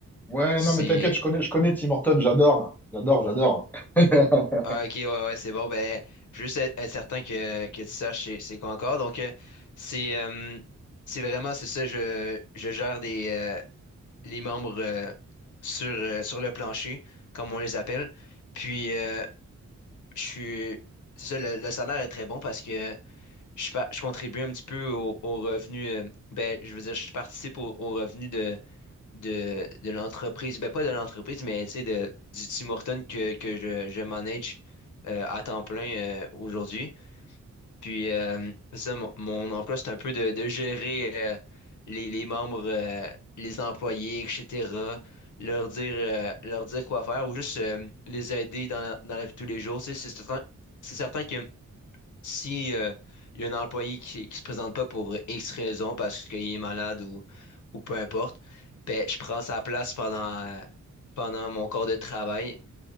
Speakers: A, in the centre; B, on the left.
A: Ouais,
B: c'est,
A: non mais t'inquiète, je connais, je connais Tim Horton, j'adore, j'adore, j'adore. <laughs>
B: ah, ok, ouais, ouais, c'est bon. Ben, juste être, être certain que, que tu saches c'est c'est quoi encore. Donc, euh, c'est, euh, c'est vraiment, c'est ça. Je, je gère des, euh, les membres euh, sur, euh, sur le plancher, comme on les appelle. Puis, euh, je suis. C'est ça, le, le salaire est très bon parce que je, pa- je contribue un petit peu au, au revenu. euh, ben, je veux dire, je participe au, au revenu de, de, de l'entreprise. Ben, pas de l'entreprise, mais tu sais, de, du Tim Hortons que, que je, je manage euh, à temps plein euh, aujourd'hui. Puis, euh, ça, mon, mon emploi, c'est un peu de, de gérer euh, les, les membres, euh, les employés, etc. Leur dire, euh, leur dire quoi faire ou juste euh, les aider dans la, dans la vie de tous les jours. Tu sais, C'est certain, c'est certain que si euh, il y a un employé qui, qui se présente pas pour X raison, parce qu'il est malade ou, ou peu importe, ben, je prends sa place pendant, euh, pendant mon corps de travail.